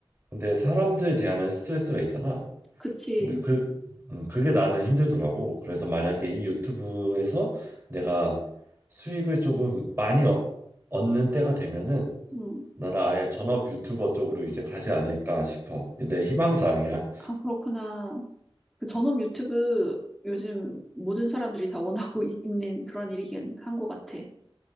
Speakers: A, on the right; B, in the centre.
A: 근데 사람들 대하는 스트레스가 있잖아.
B: 그치.
A: 근데 그 음, 그게 나는 힘들더라고. 그래서 만약에 이 유튜브에서 내가 수익을 조금 많이 어- 얻는 때가 되면은
B: 음,
A: 나는 아예 전업 유튜버 쪽으로 이제 가지 않을까 싶어. 내 희망사항이야.
B: 아, 그렇구나. 그 전업 유튜브 요즘 모든 사람들이 다 원하고 <laughs> 있- 있는 그런 일이긴 한 것 같아.